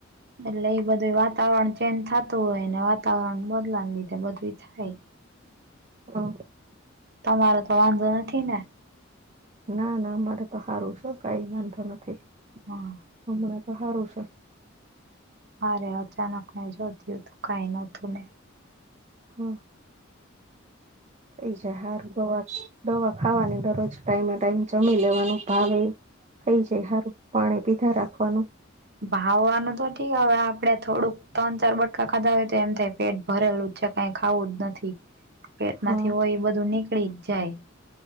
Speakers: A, on the right; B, on the right.
A: એટલે એ બધું વાતાવરણ ચેન્જ થતું હોય ને વાતાવરણ બદલાને લીધે બધું થાય-
B: હા
A: તમારે તો વાંધો નથી ને-
B: ના ના અમારે તો સારું છે કઈ વાંધો નથી-
A: હા
B: આપણે તો સારું છે.
A: મારે અચાનક ને જોઈ કઈ નહોતું ને-
B: હા એ જ હાર દવા દવા ખાવાની દરરોજ ટાઈમે ટાઈમ જમી લેવાનું ભાવે ઈ- થઈ જાય સારું પાણી પીધા રાખવાનું-
A: ભાવવાનું તો ઠીક હવે આપડે થોડુંક ત્રણ ચાર બટકા ખાધા હોય તો એમ થાય પેટ- ભરેલું છે કઈ ખાવું જ નથી પેટમાંથી
B: હા
A: હોય એ બધું નીકળી જ જાય-